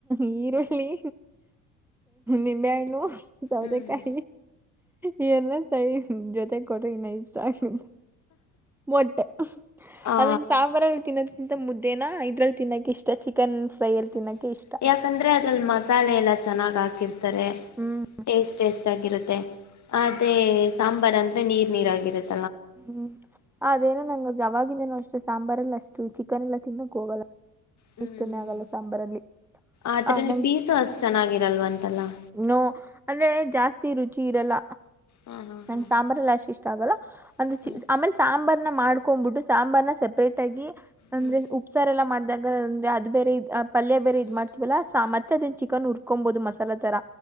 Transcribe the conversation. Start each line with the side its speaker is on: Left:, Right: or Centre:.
Centre: ಈರುಳ್ಳಿ ನಿಂಬೆಹಣ್ಣು ಸೌತೆಕಾಯಿ
Left: ಹ್ಮ್
Centre: ಇ ಎಲ್ಲ ಸರಿ ಜೊತೆಗ್ ಕೊಟ್ರ ಇನ್ನ ಇಷ್ಟ ಆಗ್ತಿದೆ ಮೊಟ್ಟೆ
Left: ಆ
Centre: ಅದಂಗ ಸಾಂಬಾರಗಳಲ್ಲಿ ತಿನ್ನತ್ತ ಇಂತ ಮುದ್ದೇನ ಇದ್ರಲ್ಲಿ ತಿನ್ನಕ ಇಷ್ಟ ಚಿಕನ್ ಫ್ರೈ
Left: ಚಿಕನ್
Centre: ಅಲ್ಲಿ ತಿನ್ನಕೆ ಇಷ್ಟ
Left: ಯಾಕಂದ್ರೆ ಅದ್ರಲ್ಲಿ ಮಸಾಲೆ ಎಲ್ಲ ಚೆನ್ನಾಗ್ ಹಾಕಿರ್ತಾರೆ
Centre: ಹ್ಮ್
Left: ಟೇಸ್ಟ್ ಟೇಸ್ಟ್ ಆಗಿರುತ್ತೆ ಅದೇ ಸಾಂಬಾರ ಅಂದ್ರೆ ನೀರ್ ನೀರಾಗಿರುತ್ತೆ
Centre: ಹ್ಮ್ ಅದೇನ ನಂಗ ಅವಾಗಿಂದನು ಅಷ್ಟೆ ಸಾಂಬಾರ್ ಎಲ್ಲ ಅಷ್ಟು ಚಿಕನ್ ಎಲ್ಲಾ ತಿನ್ನಕ್ ಹೋಗಲ್ಲ
Left: ಹ್ಮ್
Centre: ಇಷ್ಟನೇ ಆಗಲ್ಲ ಸಾಂಬಾರಲ್ಲಿ
Left: ಆದ್ರೆ
Centre: ಆ ನಂಗ
Left: ಪೀಸು ಅಷ್ಟ ಚೆನ್ನಾಗಿರಲ್ವತಲ್ಲ
Centre: ನೋ ಅಂದ್ರೆ ಜಾಸ್ತಿ ರುಚಿ ಇರಲ್ಲ
Left: ಹಾ ಹಾ
Centre: ನಂಗೆ
Left: ಹಾ
Centre: ಸಾಂಬಾರಲ್ಲ ಅಷ್ಟ ಇಷ್ಟ ಆಗಲ್ಲ ಅಂದ್ರೆ
Left: ಹಾ
Centre: ಚ
Left: ಹ್ಮ್
Centre: ಆಮೇಲೆ ಸಾಂಬಾರ್ನ ಮಾಡ್ಕೊಂಡ್ಬಿಟ್ಟು ಸಾಂಬಾರ್ನ ಸೆಪರೇಟ್ ಆಗಿ ಅಂದ್ರೆ
Left: ಹ್ಮ್
Centre: ಉಪ್ಸಾರ್ ಎಲ್ಲಾ ಮಾಡ್ದಾಗ ಅಂದ್ರೆ ಅದು ಬೇರೆ ಪಲ್ಯ ಬೇರೆ
Left: ಹ್ಮ್
Centre: ಇದ್ ಮಾಡ್ತ ಎಲ ಮತ್ ಚಿಕನ್ ಉರ್ಕೊಬಹುದು ಮಸಾಲಾ ತರ